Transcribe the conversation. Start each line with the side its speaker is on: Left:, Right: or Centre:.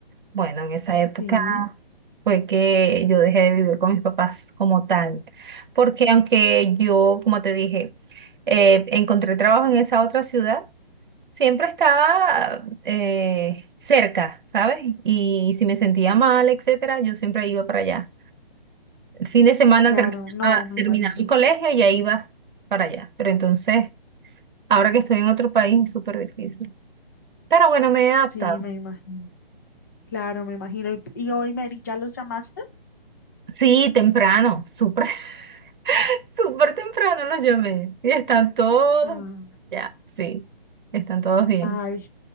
Right: Bueno, en esa época
Left: Sí,
Right: fue que yo dejé de vivir con mis papás como tal, porque aunque yo, como te dije, eh, encontré trabajo en esa otra ciudad, siempre estaba eh, cerca, ¿sabes? Y si me sentía mal, etcétera, yo siempre iba para allá. fin de semana
Left: claro,
Right: terminaba,
Left: no, me
Right: terminaba
Left: imagino.
Right: el colegio y ya iba para allá. Pero entonces... Ahora que estoy en otro país es súper difícil. Pero bueno, me he adaptado.
Left: Sí, me imagino. Claro, me imagino. ¿Y, y hoy, Mary, ya los llamaste?
Right: Sí, temprano, súper, <laughs> súper temprano los llamé. Y están todos,
Left: Ah,
Right: ya, sí, están todos bien.
Left: ay,